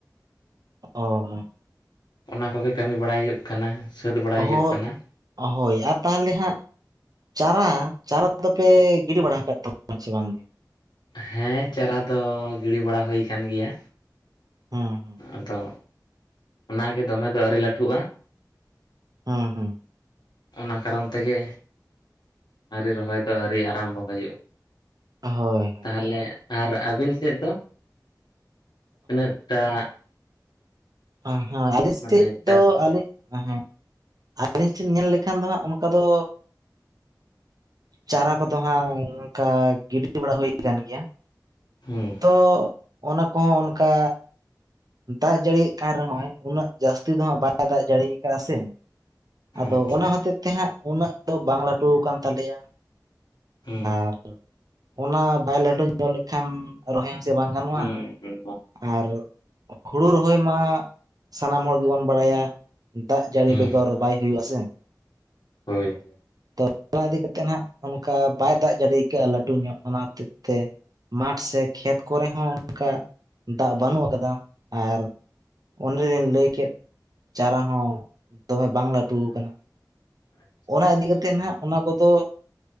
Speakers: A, on the right; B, on the left.
A: ᱚᱻ᱾
B: ᱚᱱᱟ ᱠᱚᱜᱮ ᱠᱟᱢᱤ ᱵᱟᱲᱟᱭ ᱦᱩᱭᱩᱜ ᱠᱟᱱᱟ᱾ ᱥᱟᱹᱛ ᱵᱟᱲᱟᱭ
A: ᱦᱳ,
B: ᱦᱩᱭᱩᱜ ᱠᱟᱱᱟ
A: ᱦᱳᱭ ᱟᱨ ᱛᱟᱦᱞᱮ ᱦᱟᱸᱜ ᱪᱟᱨᱟ! ᱪᱟᱨᱟ <inaudible> ᱯᱮ ᱜᱤᱰᱤ ᱵᱟᱲᱟ ᱟᱠᱟᱫ ᱛᱟᱵᱚᱱᱟ ᱪᱮ ᱵᱟᱝ‌ ᱜᱮ?
B: ᱦᱮᱸ ᱪᱟᱨᱟ ᱫᱚ ᱜᱤᱰᱤ ᱵᱟᱲᱟ ᱦᱳᱭ ᱠᱟᱱ ᱜᱮᱭᱟ᱾
A: ᱦᱩᱸ ᱦᱩᱸ᱾
B: ᱟᱫᱚ, ᱚᱱᱟ ᱜᱮ ᱫᱚᱢᱮ ᱫᱚ ᱟᱹᱣᱨᱤ ᱞᱟᱴᱷᱩᱜᱼᱟ᱾
A: ᱦᱩᱸᱦᱩᱸ᱾
B: ᱚᱱᱟ ᱠᱟᱨᱚᱱ ᱛᱮᱜᱮ, ᱟᱹᱣᱨᱤ ᱨᱚᱦᱚᱭ ᱫᱚ ᱟᱹᱣᱨᱤ ᱟᱨᱟᱢᱵᱚ ᱦᱩᱭᱩᱜᱼᱟ᱾
A: ᱦᱳᱭ ᱦᱳᱭ᱾
B: ᱛᱟᱦᱚᱞᱮ ᱟᱨ ᱟᱵᱤᱱ ᱥᱮᱫ ᱫᱚ, ᱛᱤᱱᱟᱹᱜ ᱴᱟᱜ?
A: ᱟᱸ ᱦᱟᱸ ᱟᱞᱤᱧ
B: ᱢᱟᱱᱮ
A: ᱥᱮᱫ
B: ᱪᱟᱥ
A: ᱫᱚ ᱟᱞᱤ ᱮᱦᱮᱸᱜ, ᱟᱞᱤᱧ ᱴᱷᱮᱱ ᱧᱮᱞ ᱞᱮᱠᱷᱟᱱ ᱫᱚ ᱦᱟᱸᱜ ᱚᱝᱠᱟ ᱫᱚ ᱪᱟᱨᱟ ᱠᱚᱫᱚ ᱦᱟᱸᱜ ᱚᱱᱠᱟ ᱜᱤᱰᱤ ᱵᱟᱲᱟ ᱦᱩᱭ ᱠᱟᱱ ᱜᱮᱭᱟ᱾
B: ᱦᱩᱸ᱾
A: ᱛᱚ ᱚᱱᱟ ᱠᱚ ᱦᱚᱸ ᱚᱱᱠᱟ ᱫᱟᱜ ᱡᱟᱹᱲᱤᱭᱮᱜ ᱠᱟᱱ ᱨᱮᱦᱚᱸᱭ, ᱩᱱᱟᱹᱜ ᱡᱟᱥᱛᱤ ᱫᱚ ᱦᱟᱸᱜ ᱵᱟᱭ ᱫᱟᱜ ᱡᱟᱲᱤ ᱠᱟᱜ-ᱟ ᱥᱮ, ᱟᱫᱚ
B: ᱟᱪᱪᱷᱟ
A: ᱚᱱᱟ ᱦᱚᱛᱮᱡ ᱛᱮ ᱦᱟᱸᱜ ᱩᱱᱟᱹᱜ ᱫᱚ ᱵᱟᱝ ᱞᱟᱴᱩ ᱠᱟᱱ ᱛᱟᱞᱮᱭᱟ᱾
B: ᱦᱩᱸ᱾
A: ᱟᱨ ᱚᱱᱟ ᱵᱟᱭ ᱞᱟᱴᱩ ᱧᱚᱜ ᱞᱮᱠᱷᱟᱱ, ᱨᱚᱦᱚᱭ ᱦᱚᱸ ᱥᱮ ᱵᱟᱝ ᱜᱟᱱᱚᱜ-ᱟ᱾
B: ᱦᱩᱸ ᱦᱩᱸ
A: ᱟᱨ ᱦᱩᱲᱩ ᱨᱚᱦᱚᱭ ᱢᱟ, ᱥᱟᱱᱟᱢ ᱦᱚᱲ ᱜᱮ ᱵᱚᱱ ᱵᱟᱲᱟᱭᱟ, ᱫᱟᱜ ᱡᱟᱲᱤ
B: ᱦᱩᱸ
A: ᱵᱮᱜᱚᱨ ᱵᱟᱭ ᱦᱩᱭᱩᱜ-ᱟ ᱥᱮ᱾
B: ᱦᱳᱭ᱾
A: ᱛᱚ ᱚᱱᱟ ᱤᱫᱤ ᱠᱟᱛᱮᱫ ᱦᱟᱸᱜ ᱚᱝᱠᱟ ᱵᱟᱭ ᱫᱟᱜ ᱡᱟᱲᱤ ᱠᱟᱜ-ᱟ ᱞᱟᱴᱩ ᱧᱚᱜ, ᱚᱱᱟ ᱦᱚᱛᱮᱡ ᱛᱮ ᱢᱟᱴᱷ ᱥᱮ ᱠᱷᱮᱛ ᱠᱚᱨᱮ ᱦᱚᱸ ᱚᱱᱠᱟ, ᱫᱟᱜ ᱵᱟᱱᱩᱜ ᱟᱠᱟᱫᱟ᱾ ᱟᱨ, ᱚᱱᱮ ᱞᱤᱧ ᱞᱟᱹᱭ ᱠᱮᱫ ᱪᱟᱨᱟ ᱦᱚᱸ ᱫᱚᱢᱮ ᱵᱟᱝ ᱞᱟ ᱴᱩ ᱟᱠᱟᱱᱟ ᱾
B: ᱟᱪᱪᱷᱟ
A: ᱚᱱᱟ ᱤᱫᱤ ᱠᱟᱛᱮᱫ ᱦᱟᱸᱜ ᱚᱱᱟ ᱠᱚᱫᱚ